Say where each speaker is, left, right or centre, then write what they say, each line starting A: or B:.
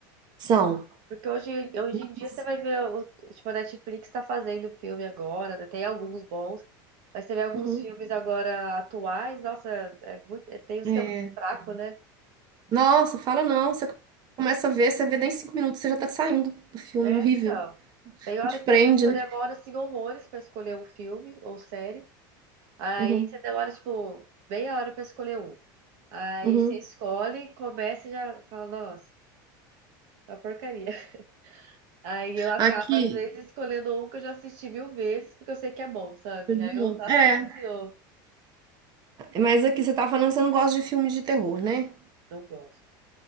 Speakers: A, on the right; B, on the right.
A: São.
B: Porque hoje, hoje
A: Nossa.
B: em dia você vai ver, o, tipo, a Netflix tá fazendo filme agora, né? Tem alguns bons, mas você vê alguns
A: Uhum.
B: filmes agora atuais, nossa, é muito, é- tem uns
A: É.
B: que é muito fraco, né?
A: Nossa, fala não. Você começa a ver, você vê daí em cinco minutos, você já tá saindo do filme,
B: É,
A: é horrível.
B: então. Tem hora
A: A
B: que
A: prende,
B: tem vezes que
A: né?
B: eu demoro, assim, horrores pra escolher um filme ou série. Aí
A: Uhum.
B: você demora, tipo, meia hora pra escolher um. Aí
A: Uhum.
B: você escolhe, começa e já fala, nossa, é uma porcaria. <laughs> Aí eu acabo,
A: Aqui,
B: às vezes, escolhendo um que eu já assisti mil vezes, porque eu sei que é bom, sabe?
A: de novo.
B: Aí eu assisto
A: É,
B: de novo.
A: mas aqui você tá falando que você não gosta de filme de terror, né?
B: Não gosto.